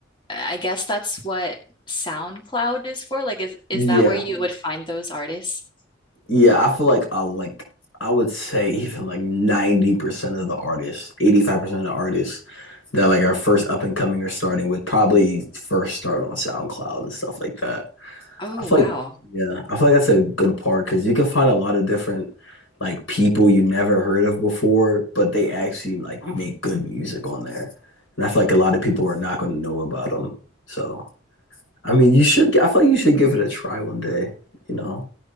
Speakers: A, on the left; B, on the left.
A: I guess that's what SoundCloud is for. Like, is is
B: Yeah.
A: that where you would find those artists?
B: Yeah, I feel like I like I would say <laughs> even like 90% of the artists, 85% of the artists that like are first up and coming or starting with probably first start on SoundCloud and stuff like that.
A: Oh,
B: I feel
A: wow.
B: like yeah, I feel like that's a good part because you can find a lot of different like people you never heard of before, but they actually like make good music on there. And I feel like a lot of people are not going to know about them. So I mean, you should. I feel like you should give it a try one day. You know.